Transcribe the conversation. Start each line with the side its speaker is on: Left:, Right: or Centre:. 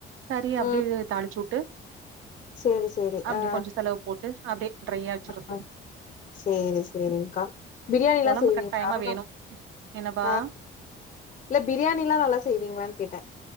Right: கறிய அப்டியே
Left: ம்
Right: தாளிச்சி வுட்டு
Left: சேரி சேரி
Right: அப்டி
Left: ஆ
Right: கொஞ்சோ செலவு போட்டு அப்டியே ட்ரையா வச்சிர்றது
Left: ஆ சேரி சேரி்ங்கா பிரியாணி எல்லா
Right: கொழம்பு
Left: செய்வீங்களா
Right: கட்டாயமா வேணும். என்னப்பா?
Left: ஆ இல்ல பிரியாணில்லா நல்லா செய்வீங்களான்னு கேட்டே